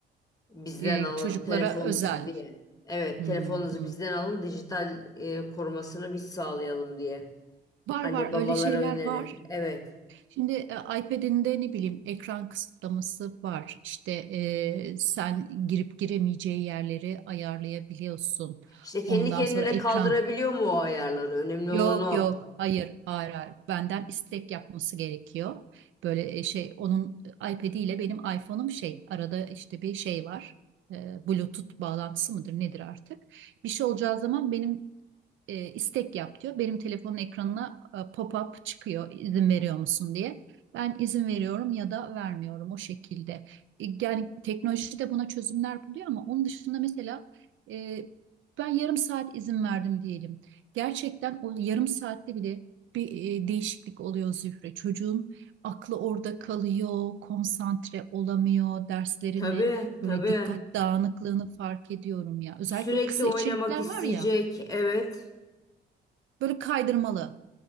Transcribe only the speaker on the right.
E,
çocuklara
özel
Hmm,
hmm.
Var
var
öyle şeyler
var
Şimdi e, iPad'inde ne bileyim ekran kısıtlaması var. İşte e, sen girip giremeyeceği yerleri ayarlayabiliyorsun.
Ondan
sonra ekran.
Yok
yok hayır hayır, hayır. Benden istek yapması gerekiyor. Böyle e, şey onun iPad'i ile benim iPhone'um şey arada işte bir şey var. E, Bluetooth bağlantısı mıdır nedir artık? Bir şey olacağı zaman benim e, istek yap diyor. Benim telefonun ekranına e, pop-up çıkıyor izin veriyor musun diye. Ben izin veriyorum ya da vermiyorum o şekilde. E, Yani teknoloji de buna çözümler buluyor ama onun dışında mesela e, ben yarım saat izin verdim diyelim. Gerçekten o yarım saatte bile bir e, değişiklik oluyor Zühre. Çocuğun aklı orada kalıyor, konsantre olamıyor, derslerini
böyle dikkat dağınıklığını fark ediyorum ya. Özellikle
o kısa
içerikler
var ya.
Böyle kaydırmalı.